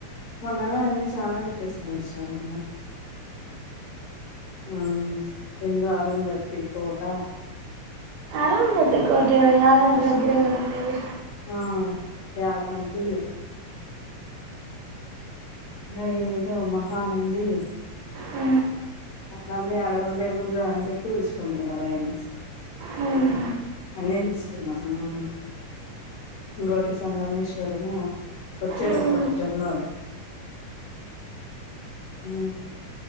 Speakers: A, on the left (about 60°); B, on the right (about 75°).
A: మొన్న అన్ని చాలా చుట్టేసుకుని వచ్చిన నేను ఆ ఏందో అరుందర్తి కోట
B: అది కోట ఈడ కాదంట <unintelligible> దగ్గర గా ఉంది ఇది
A: ఆ యాగంటి అ ఏదో మహానంది
B: ఊ
A: అట్లం లే ఆ రోజు ఉండే గుళ్ళు అన్నిటిని చూసుకొని పోయిన నేను
B: మ్మ్.
A: అన్నే చూసుకోనాం ఆ ఇంగోటి సంగమేశ్వరము ఉచ్చేత
B: మ్మ్.
A: పోటి టర్నదే ఊ